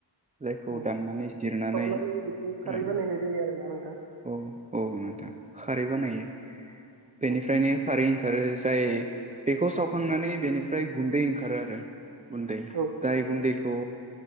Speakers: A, on the right; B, on the right.
A: जायखौ
B: औ
A: दाननानै जिरनानै
B: सावनानै बेखौ खारै
A: रा
B: बानायनाय जायो आरोना नोंथां
A: औ औ नोंथां खारै बानायो बेनिफ्रायनो
B: औ
A: खारै ओं ओंखारो जाय बेखौ सावखांनानै बेनिफ्राय गुन्दै ओंखारो आरो गुन्दै
B: औ
A: जाय गुन्दै खौ